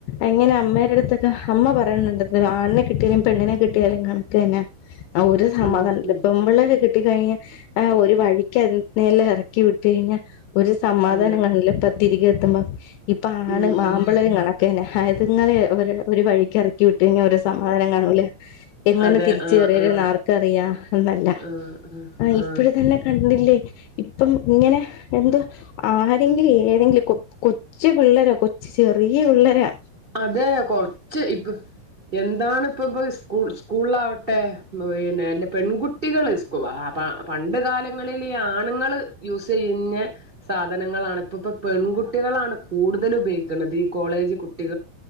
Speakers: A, on the left (about 80°); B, on the right (about 35°).
A: എങ്ങനെ അമ്മേടെഅടുത്തേക്ക് അമ്മ പറഞ്ഞ ആണിനെ കിട്ടിയാലും പെണ്ണിനെ കിട്ടിയാലും കണക്ക് തന്നെ ആ ഒരു സമാധാനം
B: ഉം
A: ഇല്ലപ്പാ
B: ഉം
A: പെൺപിള്ളേരെ കെട്ടിക്കഴിഞ്ഞാ <unintelligible> ആ ഒരു വഴിക്ക് <inaudible> ക്കി വിട്ട് കഴിഞ്ഞാ ഒരു സമാധാന
B: അതെ
A: <inaudible> തിരികെ എത്തുബം ഇപ്പ
B: ഉം
A: ആണ്
B: ഉം
A: ആൺപിള്ളേരും കാണാക്ക് തന്നെ ആതുങ്ങളെ ഒരു വഴികികേറ കി വിട്ട് കഴിഞ്ഞ ഒരു സമാധാനം കാണൂല എങ്ങനെ
B: അതെ
A: തിരിച്ച്
B: ആഹ്
A: കേറിവരുന്ന്
B: ആഹ്
A: ആർക്കറിയ എന്നല്ല
B: ആഹ് ആഹ്
A: ഇപ്പോഴ
B: ആഹ്
A: തന്നെ കണ്ടില്ല ല്ലേ ഇപ്പം ഇങ്ങനെ എന്തോ ആരെങ്കിലും ഏതെങ്കിലും കൊ കൊച്ചു പിള്ളര കൊച്ച് ചെറിയ പിള്ളരോ
B: അതെ കൊറച്ച് ഇപ്പ എന്താണ് ഇപ്പ ഇ സ്കൂ സ്കൂളില ആവട്ടെ പിന്നെല്ല പെൺകുട്ടികൾ പാ പണ്ട് കാലങ്ങളിൽ ഈ ആണുങ്ങളെ യൂസ് ചെയ്യുന്ന സാധനങ്ങളാണ് ഇപ്പ ഇപ്പ പെൺകുട്ടികളാണ് കൂടുതൽ ഉപയോഗിക്ക ഗണതി കോളേജ് കുട്ടി -